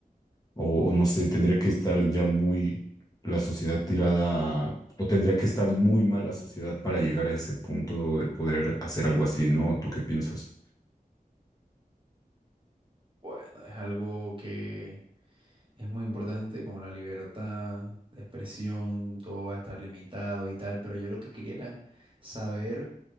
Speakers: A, on the left; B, on the right.
A: o, o no sé, tendría que estar ya muy la sociedad tirada, a- o tendría que estar muy mal la sociedad para llegar a ese punto de poder hacer algo así, ¿no? ¿Tú qué piensas?
B: Bueno, es algo que Es muy importante como la libertad de expresión, todo va a estar limitado y tal, pero yo lo que quería era saber